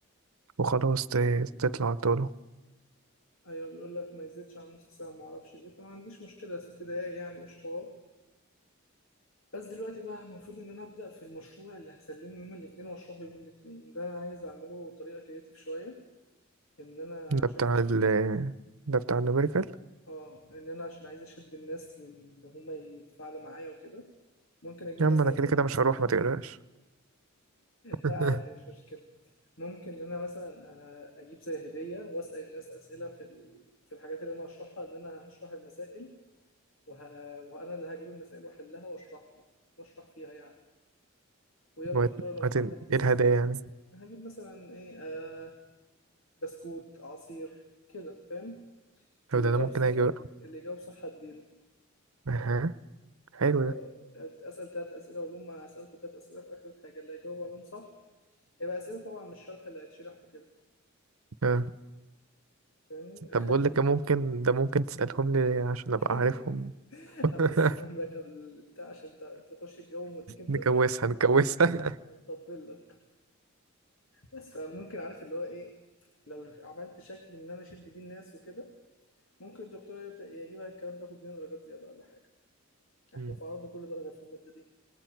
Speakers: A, on the right; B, on the left.
A: وخلاص ت... تطلع طوله
B: ايوه بيقول لك ما يزيدش عن نص ساعه ما اعرفش ايه فما عنديش مشكله ست دقائق يعني مش حوار بس دلوقتي بقى المفروض ان انا ابدا في المشروع اللي هسلمه يوم الاثنين واشرحه يوم الاثنين ده انا عايز اعمله بطريقه كريتيف شويه ان انا عشان
A: ده بتاع
B: اشد
A: ال ده بتاع النوميريكال
B: اه ان انا عشان عايز اشد الناس لان هم يتفاعلوا معايا وكده ممكن اجيب
A: يا
B: مثلا
A: عم انا كده كده مش هروح ما تقلقش <laughs>
B: لا عادي مش مشكلة ممكن إن أنا مثلا آه، أجيب زي هدية وأسأل الناس أسئلة في ال... في الحاجات اللي أنا هشرحها إن أنا هشرح المسائل وه... وأنا اللي هجيب المسائل وأحلها وأشرحها وأشرح فيها يعني وهي الدكتورة
A: وبعدين
B: لو حبت تسأل
A: ايه الهدايا
B: حد
A: يعني
B: هجيب مثلا إيه آه بسكوت عصير كده فاهم
A: طب
B: اللي
A: ده
B: يجاوب
A: انا ممكن
B: صح
A: اجي بقى
B: اللي يجاوب صح هديله
A: اها حلو
B: يبقى
A: ده
B: أسأل تلات أسئلة وأقول لهم هسألكوا تلات أسئلة في آخر الحاجة اللي هيجاوب عليهم صح يبقى أسئلة طبعا مش شرح اللي هيتشرح وكده
A: آه.
B: فاهمني أخلي
A: طب بقول لك إيه، ممكن ده ممكن تسألهم لي عشان أبقى
B: <laughs>
A: عارفهم <laughs>
B: هبقى اديهم لك قبل البتاع عشان ت- تخش الجو ومديك انت
A: نكوسها
B: الحاجه
A: نكوسها
B: اطبل لك بس فممكن عارف اللي هو ايه لو عملت شكل ان انا اشد بيه الناس وكده ممكن الدكتوره يت- يجيبها الكلام ده وتديني درجات زياده ولا حاجه احنا
A: مم.
B: في عرض كل درجه في الماده دي